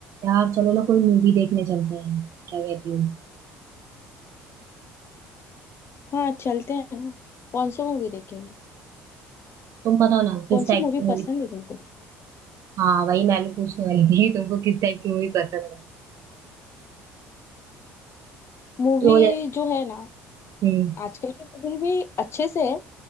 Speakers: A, on the right; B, on the left.
A: यार चलो ना कोई मूवी देखने चलते हैं क्या कहती हूँ
B: हाँ चलते हैं ना कौन सा मूवी देखेंगे
A: तुम बताओ ना किस
B: कौन
A: टाइप
B: सी मूवी
A: की मूवी
B: पसंद है तुमको
A: हाँ वही मैं भी पूछने वाली थी तुमको किस टाइप की मूवी पसंद है
B: मूवी
A: तो जैसे
B: जो है ना
A: हम्म,
B: आजकल की मूवी भी अच्छे से है